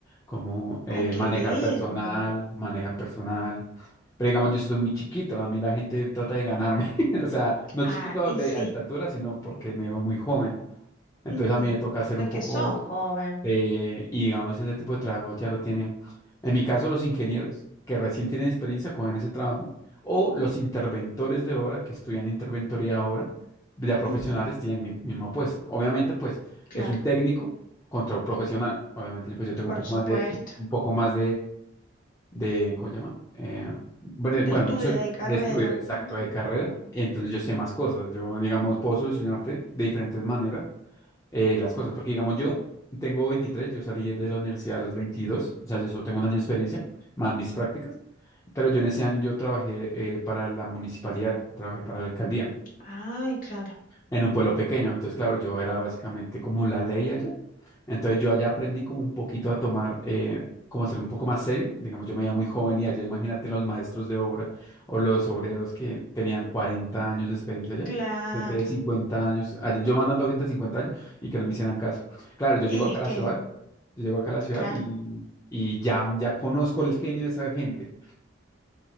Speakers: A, on the left; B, on the left.
A: como eh,
B: Ay, qué
A: manejar
B: lindo.
A: personal, manejar personal. Pero digamos, yo estoy muy chiquito, a mí la gente trata de ganarme. <laughs> O sea, no chiquito
B: Ah, y
A: de
B: sí.
A: alta altura, sino porque me veo muy joven. Entonces
B: ujú.
A: a mí me toca hacer
B: Es
A: un poco
B: que sos joven.
A: de, y digamos, ese tipo de trabajo ya lo tienen. En mi caso, los ingenieros que recién tienen experiencia cogen ese trabajo, o los interventores de obra que estudian interventoría de obra, ya profesionales
B: Ujú,
A: tienen mi mismo puesto. Obviamente, pues,
B: Claro,
A: es un técnico contra un profesional. Obviamente, pues yo tengo
B: por
A: un poco
B: supuesto.
A: más de, un poco más de, ¿cómo se llama? Eh, bueno,
B: De
A: bueno,
B: estudio,
A: soy
B: de carrera.
A: de estudio, exacto,
B: ujú.
A: de carrera, entonces yo sé más cosas, yo, digamos, puedo solucionarte de diferentes maneras eh, las cosas, porque, digamos, yo tengo veintitrés yo salí de la universidad a los veintidós o sea, yo solo tengo un año de experiencia, más mis prácticas, pero yo en ese año yo trabajé eh, para la municipalidad, trabajé para la alcaldía,
B: Ay, claro,
A: en un pueblo pequeño. Entonces, claro, yo era básicamente como la ley allá. Entonces, yo allá aprendí como un poquito a tomar, eh, como a ser un poco más serio. Digamos, yo me veía muy joven y allá, imagínate los maestros de obra o los obreros que tenían 40 años de experiencia allá.
B: claro.
A: Gente de 50 años, allá, yo mandando gente de 50 años y que no me hicieran caso. Claro, yo llego
B: Y
A: acá
B: es
A: a
B: que,
A: la ciudad, yo llego acá a la ciudad
B: claro,
A: y, y ya, ya conozco el genio de esa gente.